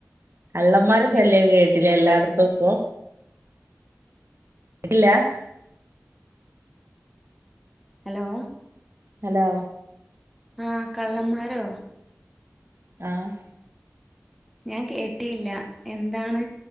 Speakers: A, on the right; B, in the centre.
A: കള്ളമ്മാരെ
B: ഇല്ല
A: ശല്യ കേ ട്ടില്ല എല്ലാടത്തും ഇപ്പോ <unintelligible>
B: ഹലോ
A: ഹലോ
B: ആഹ് കള്ളമ്മാരോ
A: ആഹ്
B: ഞാൻ കേട്ടിയില്ല എന്താണ്